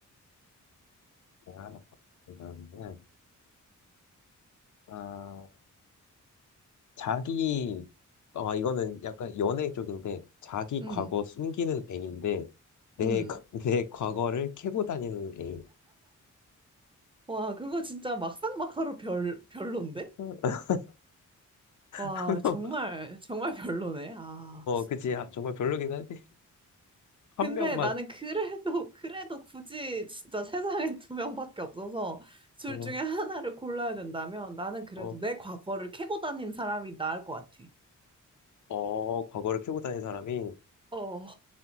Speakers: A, on the left; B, on the right.
A: 제가 하나 그러면은 아 자기 어 이거는 약간 연애 쪽인데 자기
B: 음,
A: 과거 숨기는 애인데 내
B: 음.
A: 과- <laughs> 내 과거를 캐고 다니는 애인
B: 와, 그거 진짜 막상 막하로 별, 별론데?
A: <laughs>
B: 와,
A: 한 명
B: 정말,
A: 어
B: 정말 별로네. 아.
A: 그치 아, 정말 별로긴 한데 한
B: 근데
A: 명만
B: 나는 그래도, 그래도 굳이 진짜 세상에 <laughs> 두 명밖에 없어서 둘
A: 어어
B: 중에 하나를 골라야 된다면 나는 그래도
A: 어,
B: 내 과거를 캐고 다닌 사람이 나을 것 같아.
A: 어 과거를 캐고 다니는 사람이
B: 어,